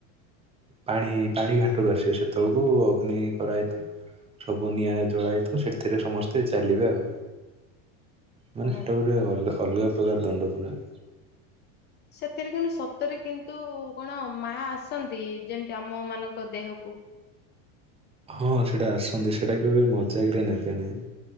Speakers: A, on the right; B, on the left.
A: ପାଣି ପାଣି ଘାଟରୁ ଆସିବେ ସେତଅଳକୁ ଅଗ୍ନି କରାହେଇଥା ସବୁ ନିଆଁ ଜଳା ହେଇଥିବ ସେଥିରେ ସମସ୍ତେ ଚାଲିବେ ଆଉ ମାନେ
B: ହଁ।
A: ସେଟା ଗୋ ପୁରା ଅଲ ଅଲଗା ପ୍ରକାର ଦଣ୍ଡ ପୁରା।
B: ସେଥିରେ କିନ୍ତୁ ସତରେ କିନ୍ତୁ କଣ ମା ଆସନ୍ତି ଯେମିତି ଆମ ମାନଙ୍କ ଦେହକୁ।
A: ହଁ ସେଟା ଆସନ୍ତି ସେଟା କେବେ ମଜାକରେ ନେବେ ନାଇଁ।